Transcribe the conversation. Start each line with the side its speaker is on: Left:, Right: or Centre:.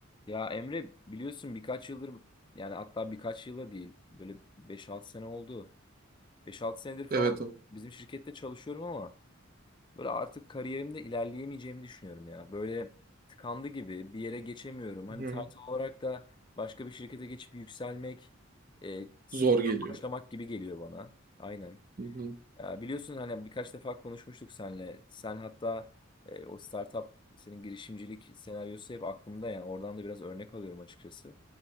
Left: Ya Emre biliyorsun birkaç yıldır yani hatta birkaç yıla değil böyle beş altı sene oldu. beş altı senedir falan
Right: Evet abi.
Left: bizim şirkette çalışıyorum ama böyle artık kariyerimde ilerleyemeyeceğimi düşünüyorum ya. Böyle tıkandı gibi bir yere geçemiyorum. Hani
Right: Hı
Left: title
Right: hı.
Left: olarak da başka bir şirkete geçip yükselmek e, sıfırdan
Right: Zor geliyor.
Left: başlamak gibi geliyor bana. Aynen.
Right: Hı hı.
Left: Ya biliyorsun hani birkaç defa konuşmuştuk seninle. Sen hatta e, o startup senin girişimcilik senaryosu hep aklımda yani oradan da biraz örnek alıyorum açıkçası.